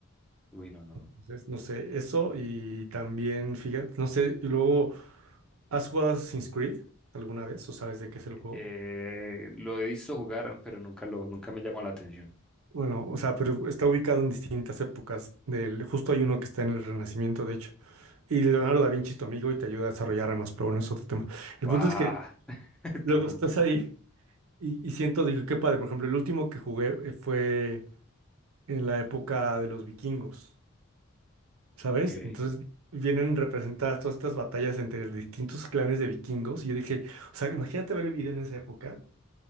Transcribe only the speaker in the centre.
Uy, no, no.
no.
Eh, lo he visto jugar, pero nunca lo, nunca me llamó la atención.
¡Guau!
<laughs>
¡Qué cuca!
Ok.